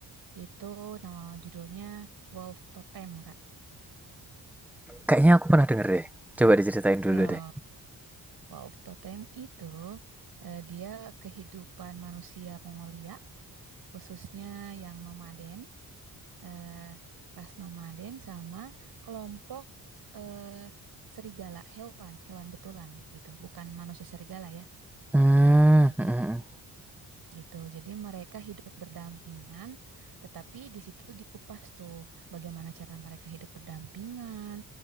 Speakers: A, on the right; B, in the centre.
A: Itu nama judulnya Wolf Totem, Kak.
B: Kayaknya aku pernah denger deh. Coba diceritain dulu
A: Nah,
B: deh.
A: Wolf Totem itu eh, dia kehidupan manusia Mongolia, khususnya yang nomaden, eh, ras nomaden sama kelompok eh, serigala, hewan, hewan betulan gitu. Bukan manusia serigala ya.
B: Mmm,
A: Ya, gitu.
B: mhm mhm.
A: gitu. Jadi mereka hidup berdampingan, tetapi di situ dikupas tuh bagaimana cara mereka hidup berdampingan,